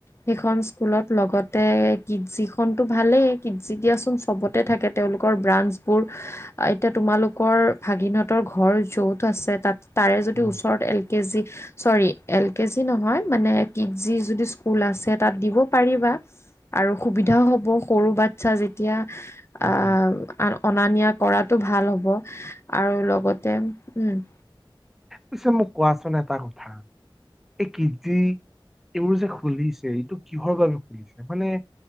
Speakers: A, on the left; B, in the centre.
A: সেইখন স্কুলত লগতে কিটজি খনটো ভালেই কিটজি দিয়াচোন চবতে থাকে। তেওঁলোকৰ ব্ৰাঞ্চবোৰ।
B: <inaudible>
A: অ এতিয়া তোমালোকৰ ভাগিনহঁতৰ ঘৰ য'ত আছে তাত তাৰে যদি
B: উম
A: ওচৰত এল কে জি চৰি এল কে জি নহয় মানে কিটজি যদি স্কুল আছে তাত দিব পাৰিবা। আৰু সুবিধাও হ'ব সৰু বাচ্ছা যেতিয়া। আহ
B: উম উম
A: আ অনা নিয়া কৰাতো ভাল হ'ব আৰু লগতে উম।
B: পিছে মোক কোৱাচোন এটা কথা এই কিটজি এইবোৰ যে খুলিছে এইটো কিহৰ বাবে খুলিছে মানে